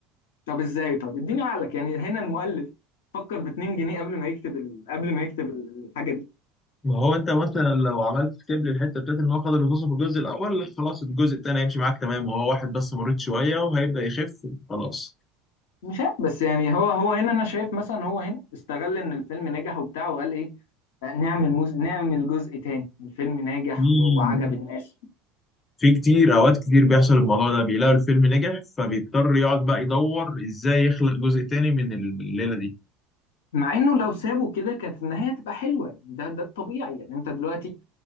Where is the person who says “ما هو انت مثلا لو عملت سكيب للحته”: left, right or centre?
Left